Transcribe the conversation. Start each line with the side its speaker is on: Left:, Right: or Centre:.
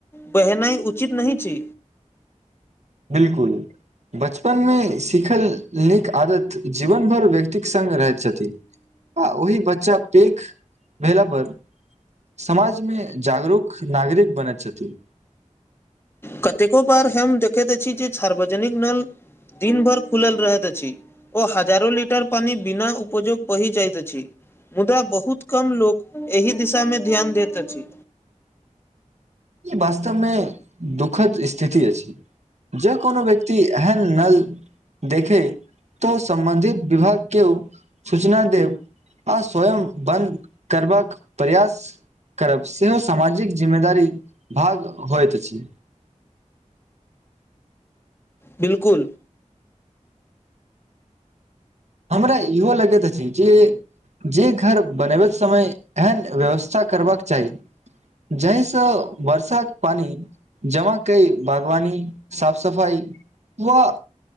Left: बहनाइ उचित नहि छी
Right: बिलकुल बचपन में सिखल नीक आदत जीवनभर व्यक्तिक सङ्ग रहैत छथिन आ ओहि बच्चा पेक भेला पर समाजमे जागरूक नागरिक बनैत छथिन
Left: कतेको बार हम देखैत अछि जे सार्वजनिक नल दिन भरि खुलल रहैत अछि ओ हजार लिटर पानि बिना उपजो बहि जाइतइत अछि मुदा बहुत कम लोको एहि दिशा मे ध्यान दैत अछि
Right: वास्तवमे दुःखद स्थिति अछि जे कोनो व्यक्ति एहन नल देखे तऽ सम्बन्धित विभाग केओ सूचना देब आ स्वयं बन्द करबाक प्रयास करब सेहो सामाजिक जिम्मेदारी भाग होइत अछि
Left: बिल्कुल
Right: हमरा इहो लगैत अछि जे जे घर बनबैत समय एहन व्यवस्था करबाक चाही जाहिसँ वर्षाक पानि जमा कई बागवानी साफ सफाइ व